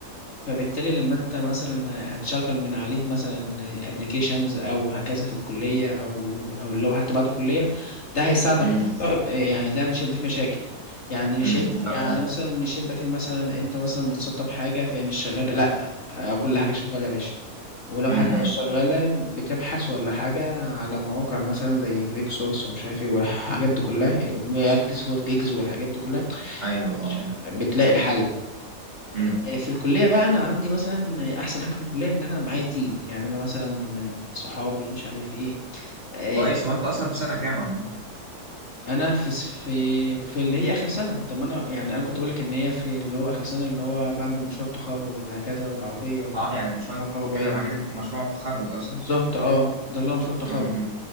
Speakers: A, on the left; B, on the right.
A: فبالتالي لما انت مثلا هتشغل من عليه مثلا ابلكيشنز او هكذا في الكليه او او اللي هو حتى بعد الكليه ده هيساعدك
B: فعلا
A: اه، يعني ده مش هيبقى فيه مشاكل يعني مش
B: امم
A: هيبقى يعني
B: لا فعلا
A: مثلا مش هيبقى فيه مثلا انت مثلا بتسطب حاجه فهي مش شغاله لا اه، كل حاجه شغاله يا باشا ولو
B: امم
A: حتى
B: امم.
A: مش شغاله بتبحث ولا حاجه على مواقع مثلا زي جيك سورس ومش عارف ايه والحاجات دي كلها واجز وفي جيجز والحاجات دي كلها
B: ايوه اه
A: ش- بتلاقي الحل
B: امم
A: يعني في الكلية بقى أنا عندي مثلا أحسن حاجة في الكلية إن أنا معايا تيم يعني أنا مثلا صحابي مش عارف إيه آه،
B: كويس هو انت اصلا في سنه كام عامه
A: أنا في في في اللي هي آخر سنة طب ما أنا يعني أنا كنت بقولك إن هي في اللي هو آخر سنة اللي هو بعمل مشروع تخرج وهكذا وعربية
B: اه يعني مش هو انت
A: كهربائية
B: بتتكلم عليه ده كان مشروع تخرج اصلا
A: بالظبط أه ده اللي هو مشروع التخرج
B: امم امم